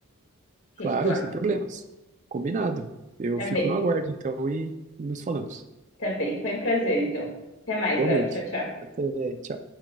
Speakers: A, on the left; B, on the right.
A: O que
B: Claro,
A: que tu acha?
B: sem problemas. Combinado. Eu
A: Tá
B: fico
A: bem,
B: no aguardo, então, e, e nos falamos.
A: tá bem. Foi um prazer, então. Até mais,
B: Igualmente.
A: Léo. Tchau, tchau.
B: Até. tchau.